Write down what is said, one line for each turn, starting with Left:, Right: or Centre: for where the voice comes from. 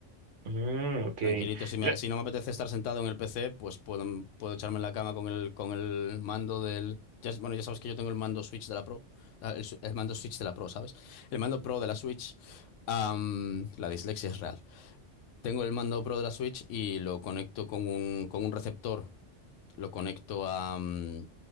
Right: Mm, ok.
Left: tranquilito. Si, me-
Right: Mira,
Left: si no me apetece estar sentado en el PC, pues puedo, puedo echarme en la cama con el, con el mando del... ya- bueno, ya sabes que yo tengo el mando Switch de la Pro, ah, el, su- el mando Switch de la Pro, ¿sabes? El mando Pro de la Switch. am, la dislexia es real. Tengo el mando Pro de la Switch y lo conecto con un, con un receptor, lo conecto a, mm,